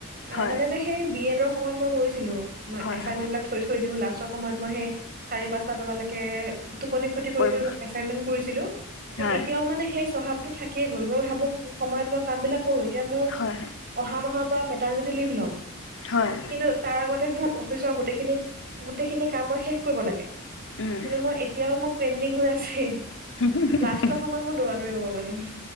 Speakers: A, on the right; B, on the left.
A: এ
B: হয়,
A: মানে যে সেই বি এডৰ সময়ত মই কৰিছিলো মই
B: হয়,
A: এচাইনমেন্ট
B: হয়,
A: বিলাক থৈ থৈ দিওঁ লাষ্টৰ সময়ত মই সেই চাৰি পাঁচটা বজালৈকে, টোপনি ক্ষতি
B: কৰিব
A: কৰি কৰি এচাইনমেন্ট কৰিছিলো।
B: হয়,
A: এতিয়াও মানে সেই স্বভাৱতো থাকিয়ে গল মই ভাবো <unintelligible> কি কৰোঁ এতিয়া মোৰ
B: হয়,
A: অহা মাহৰ পৰা ভেটাৰনি ৰিলিভ লম
B: হয়,
A: কিন্তু তাৰ আগতে মোৰ অফিচৰ গোটেইখিনি গোটেইখিনি কাম মই শেষ কৰিব লাগে
B: উম,
A: কিন্তু মই এতিয়াও মই পেণ্ডিং হৈ আছে
B: <unintelligible>
A: কষ্ট সময় মোৰ দৌৰা দৌৰি <unintelligible>